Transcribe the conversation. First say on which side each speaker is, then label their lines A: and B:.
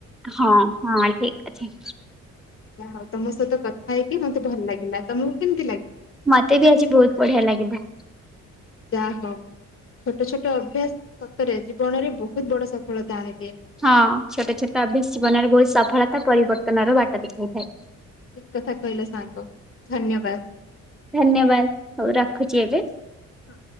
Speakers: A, in the centre; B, on the left (about 45°).
A: ହଁ ହଁ ଠିକ ଅଛି।
B: ଯାହା ହଉ ତମ ସହିତ କଥା ହେଇକି ମତେ ଭଲ ଲାଗିଲା, ତମକୁ କେମତି
A: ମତେ ବି ଆଜି ବହୁତ ବଢିଆ ଲାଗିଲା।
B: ଯା ହଉ ଛୋଟ ଛୋଟ ଅଭ୍ୟାସ ସତରେ ଜୀବନରେ ବହୁତ ବଡ ସଫଳତା ଆଣେ।
A: ହଁ ଛୋଟ ଛୋଟ ଅଭ୍ୟାସ ଜୀବନରେ ବହୁତ ସଫଳତା ପରିବର୍ତ୍ତନର ବାଟ ଦେଖାଇଥାଏ।
B: ଠିକ କଥା କହିଲ ସାଙ୍ଗ, ଧନ୍ୟବାଦ।
A: ଧନ୍ୟବାଦ, ହଉ ରଖୁଛି ଏବେ
B: ହଁ